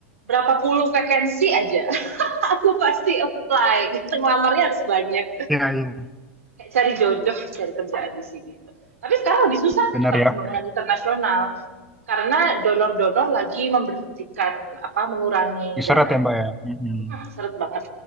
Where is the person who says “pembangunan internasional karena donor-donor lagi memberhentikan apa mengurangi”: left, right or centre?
Right